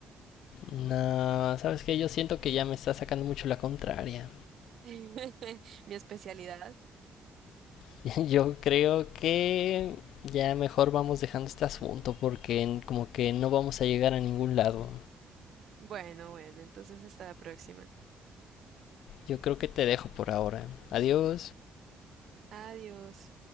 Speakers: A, on the left (about 80°); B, on the right (about 65°).
A: No, sabes que yo siento que ya me está sacando mucho la contraria.
B: <laughs> Mi especialidad.
A: <laughs> Yo creo que ya mejor vamos dejando este asunto porque en- como que no vamos a llegar a ningún lado.
B: Bueno, bueno, entonces hasta la próxima.
A: Yo creo que te dejo por ahora. Adiós.
B: Adiós.